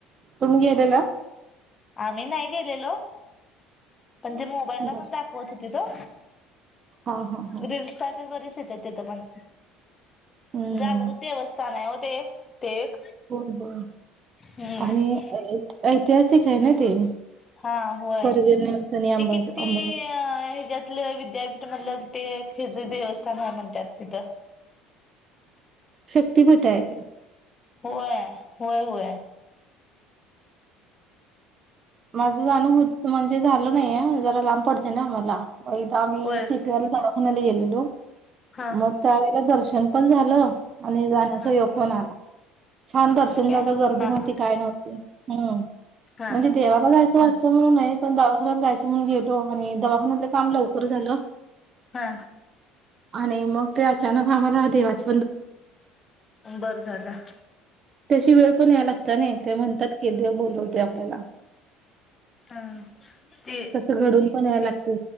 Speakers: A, on the right; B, on the left.
A: तुम्ही गेलेला
B: आम्ही नाही गेलेलो पण ते मोबाईलला
A: बर
B: पण दाखवत होती तो
A: हा हा हा
B: रीलल्सट ते बरी तिथ पण
A: हम्म
B: जागृत देवस्थान आहे हो ते एक
A: हो हो
B: हम्म
A: आणि ऐतिहासिक आहे ना ते
B: हा होय
A: करवीर नेल्सन आणि अंबाज
B: ते किती
A: अंबाबाई
B: ह्याच्यातलं विद्यापीठमधलं ते हच देवस्थान आहे म्हणतात तिथं
A: शक्ती भटाय त
B: होय होय होय
A: माझं जाणं होत म्हणजे झाल नाहीय जरा लांब पडते ना आम्हाला मग इथदा आम्ही
B: होय
A: सटी दवाखान्याला गेलेलो
B: हा
A: मग त्यावेळेला दर्श पण झालं आणि जाण्याचा
B: हा
A: य पण आला छान दर्शन
B: होय काय
A: जा का गर्दी
B: हा
A: नव्हती
B: हा
A: काय नव्हती हम्म
B: हा
A: देवाक जायचं
B: हा
A: असं म्हणून नाही पण दवाखान्यात जायचं म्हणून गेलो आणि दवाखान्यातलं काम लवकर झालं
B: हा
A: आणि मग ते अचानक आम्हाला देवाच
B: बर झालं.
A: त्याशी वेळ पण याय लागत ना ते म्हणतात की देव बोलवते आपल्याला.
B: हा ते,
A: तसं घडून पण यायला लागते